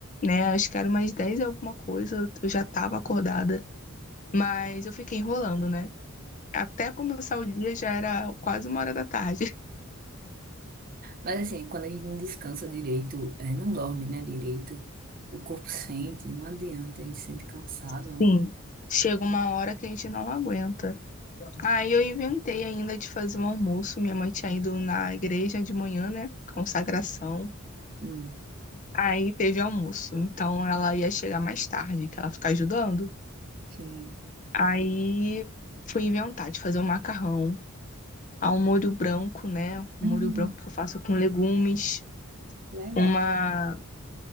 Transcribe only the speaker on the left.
né? Acho que era umas 10 e alguma coisa. Eu já tava acordada. Mas eu fiquei enrolando, né? Até começar o dia já era quase uma hora da tarde.
<laughs>
Sim. Chega uma hora que a gente não aguenta. Aí eu inventei ainda de fazer um almoço. Minha mãe tinha ido na igreja de manhã, né? Consagração.
Aí teve almoço. Então ela ia chegar mais tarde, que ela fica ajudando.
Aí fui inventar de fazer um macarrão, a um molho branco, né? Um
molho branco que eu faço com legumes,
uma,